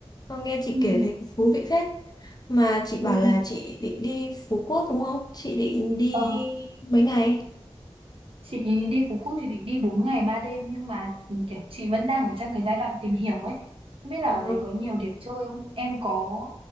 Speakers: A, on the left; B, on the right.
A: Không nghe chị
B: ừ,
A: kể thấy thú vị phết. Mà chị bảo
B: ừ. ừ,
A: là chị định đi Phú Quốc đúng không? Chị định đi
B: ờ.
A: mấy ngày?
B: Chị đi Phú Quốc chị định đi bốn ngày ba đêm nhưng mà ừ, kiểu chị vẫn đang ở trong cái giai đoạn tìm hiểu ấy. Không biết là
A: Ừ.
B: ở đấy có nhiều điểm chơi không? Em có